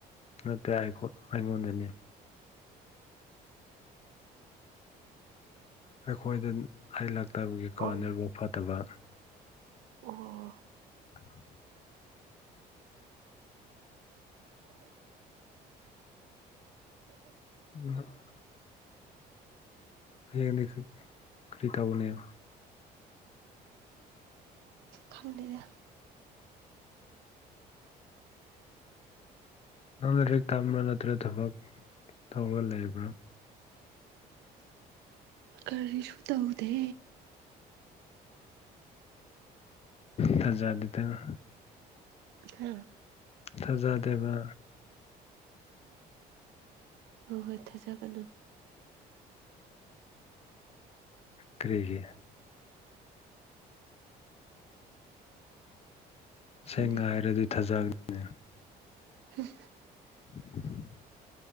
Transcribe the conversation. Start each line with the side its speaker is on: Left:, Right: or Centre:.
Left: ꯅꯠꯇꯦ ꯑꯩ ꯑꯩꯉꯣꯟꯗꯅꯤ ꯑꯩꯈꯣꯏꯗ ꯍꯩ ꯂꯥꯛꯇꯕꯒꯤ ꯀꯣ
Right: ꯑꯣꯟ
Left: ꯅꯦꯠꯋꯥꯛ ꯐꯠꯇꯕ
Right: ꯑꯣ
Left: ꯑꯥ
Right: <unintelligible> <unintelligible>
Left: <unintelligible> ꯍꯌ‌ꯦꯡꯗꯤ ꯈ꯭ꯔꯤ ꯇꯧꯒꯅ‌ꯤ
Right: ꯈꯪꯗ‌ꯦꯗ
Left: ꯅꯪ ꯂꯥꯏꯔꯤꯛ ꯇꯝꯕ꯭ꯔꯥ ꯅꯠꯇ꯭ꯔꯒ ꯊꯕꯛ ꯇꯧꯔꯒ ꯂꯩꯕ꯭ꯔꯥ
Right: ꯀꯔꯤꯁꯨꯨ ꯇꯧꯗꯦ
Left: ꯊꯖꯥꯗ‌ꯦꯗ
Right: <unintelligible>
Left: ꯊꯖꯥꯗꯦꯕ
Right: ꯍꯣꯏ ꯍꯣꯏ ꯊꯥꯖꯒꯅꯨ
Left: ꯀꯔꯤꯒꯤ
Right: ꯈꯪꯗꯦ
Left: ꯁꯦꯡꯅ ꯍꯥꯏꯔꯗꯤ ꯊꯥꯖꯅꯦ
Right: ꯍꯝ
Left: <unintelligible>